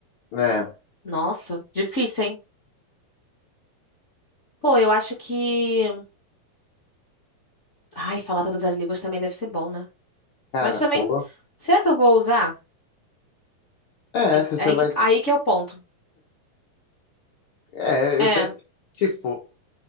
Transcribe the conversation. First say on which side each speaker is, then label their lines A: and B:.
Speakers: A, on the left (about 55°); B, on the left (about 30°).
A: É,
B: Nossa, difícil, hein? Pô, eu acho que. Ai, falar todas as línguas também deve ser bom, né?
A: cara,
B: Mas também,
A: pô.
B: será que eu vou usar?
A: É,
B: Esse-
A: se
B: aí,
A: você vai.
B: que- aí que é o ponto.
A: É,
B: É,
A: eu penso. Tipo,